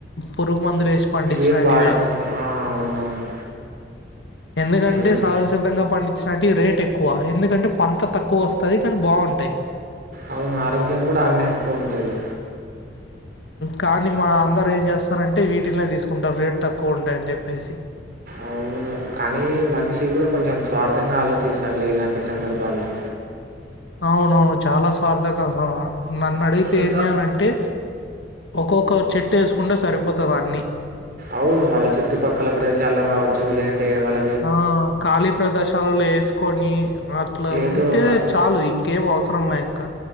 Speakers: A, on the left; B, on the right.
A: పురుగు మందులు వేసి పండించినట్టు
B: ఏం వాడకుండా
A: అని
B: ఆ, అవునవును
A: ఎందుకంటే
B: అదే
A: సహసిద్ధంగా పండించ అలాంటివి రేట్ ఎక్కువ ఎందుకంటే పంట తక్కువ వస్తయి కానీ బాగుంటాయి
B: అవును ఆరోగ్యం కూడా అన్న ఎక్కువ ఉంటుంది
A: కానీ మా అందరూ ఏం చేస్తారంటే వీటినే తీస్కుంటారు రేట్ తక్కువ ఉంటాయని చెప్పేసి
B: అవును కానీ మనిషి కూడా కొంచెం స్వార్థంగా ఆలోచిస్తారులే ఇలాంటి సందర్భాల్లో
A: అవునవును చాలా స్వార్థంగా నన్ను అడిగితే
B: శ్వేత.
A: ఏంయాలంటే ఒక్కొక్క చెట్టు ఎస్కుంటే సరిపోతది అన్నీ
B: అవును వాళ్ళ చుట్టుపక్కల ప్రదేశాల్లో కావచ్చు లేంటే వాళ్ళ
A: ఆ ఖాళీ ప్రదేశం చలు వేస్కొని అట్లా
B: ఏదో
A: ఉంటే
B: ఒక
A: చాలు ఇంకేం అవసరం లే ఇంకా